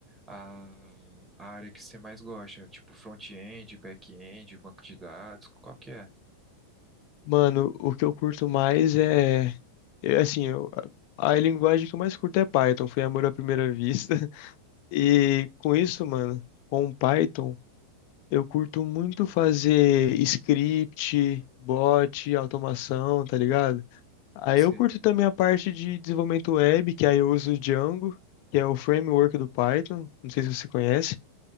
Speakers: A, on the right; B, on the left.
A: a, a área que você mais gosta? Tipo, front-end, back-end, banco de dados, qual que é?
B: Mano, o que eu curto mais é. eu- Assim, eu, a a linguagem que eu mais curto é Python, foi amor à primeira vista. <laughs> E com isso, mano, com Python, eu curto muito fazer script, bot, automação, tá ligado? Aí
A: Você...
B: eu curto também a parte de desenvolvimento web, que aí eu uso o Django, que é o framework do Python. Não sei se você conhece,